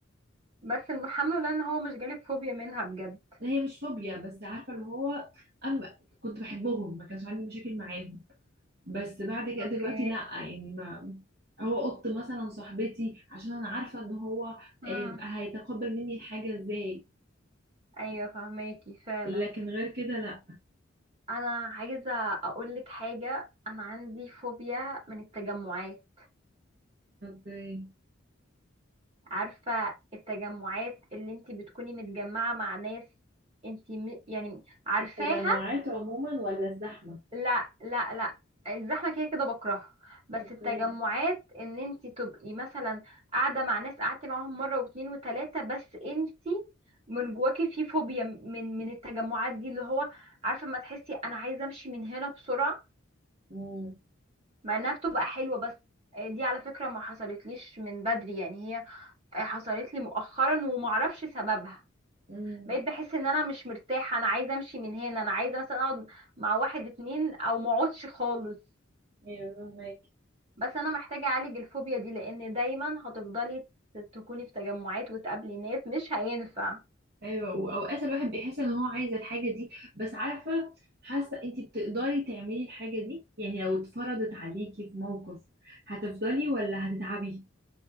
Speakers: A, on the right; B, on the right.
A: بس المحمل لان هو مش جالك فوبيا منها بجد
B: هي مش فوبيا بس عارفة اللي هو أما كنت بحبهم ما كانش عندي مشاكل معاهم بس بعد كده
A: اوكي
B: دلوقتي لا يعني ما هو قط مثلا صاحبتي عشان انا عارفة ان هو
A: مم.
B: آم، هيتقبل مني الحاجة ازاي
A: ايوه فهماكي فعلا
B: لكن غير كده لا
A: انا عايزه اقولك حاجه انا عندي فوبيا من التجمعات
B: اوكي
A: عارفه التجمعات اللي انتي بتكوني متجمعه مع ناس انتي م- يعني عارفاها
B: التجمعات عموما ولا الزحمة
A: لا لا لا الزحمه كده كده بكرهها بس
B: اوكي
A: التجمعات ان انت تبقي مثلا قاعده مع ناس قعدتي معاهم مره واتنين وتلاته بس انت من جواكي في فوبيا من من التجمعات دي اللي هو عارفه ما تحسي انا عايزه امشي من هنا بسرعه
B: امم
A: مع انها بتبقى حلوه بس دي على فكره ما حصلتليش من بدري يعني هي حصلت لي مؤخرا ومعرفش سببها
B: امم
A: بقيت بحس ان انا مش مرتاحه انا عايزه امشي من هنا انا عايزه مثلا اقعد مع واحد اتنين او ما اقعدش خالص
B: ايوه فهمك
A: بس انا محتاجة اعالج الفوبيا دي لان دايما هتفضلي ت- تكوني في تجمعات وتقابلي ناس مش هينفع
B: ايوه واوقات الواحد بيحس ان هو عايز الحاجه دي بس عارفه حاسه انتي بتقدري تعملي الحاجه دي يعني لو اتفرضت عليكي في موقف هتفضلي ولا هتتعبي